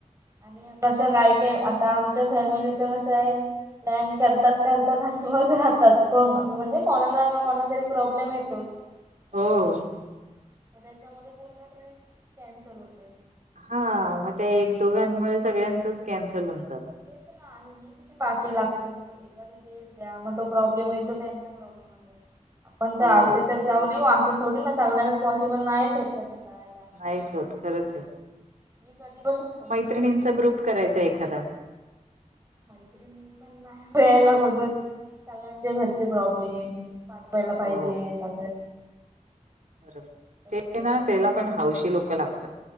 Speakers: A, on the right; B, on the right.
A: आणि कसं काय काय आता आमच्या फॅमिलीचं कसं आहे प्लॅन करतात करतात आणि मग राहतात कोण म्हणजे कोणाला कोणा तरी प्रॉब्लेम येतोच. काही
B: हो.
A: ना काहीतरी मग त्याच्यामध्ये पूर्ण ट्रिप कॅन्सल होते
B: हा मग त्या एक दोघांमुळे सगळ्यांचच कॅन्सल होऊन जात
A: तेच ना आणि मी किती पार्टी लागते बोल एका डेट द्या, मग तो प्रॉब्लेम होईल त्यांचा प्रॉब्लेम असेल आपण
B: हो
A: तर अर्धे तर जाऊन येऊ असं थोडी ना सगळ्यांनाच पॉसिबल नाहीच होत का ते जायला.
B: नाहीच होत खरंच आहे.
A: मी कधी
B: मैत्रिणींचा ग्रुप करायचा एखादा.
A: माैत्री नाही पण नाही व यायला बघत सगळ्यांचे घरचे प्रॉब्लेम पाठवायला
B: हो
A: पाहिजे सगळ
B: बरोबर ते
A: बरं
B: ना त्याला पण हावशी लोक लागतात.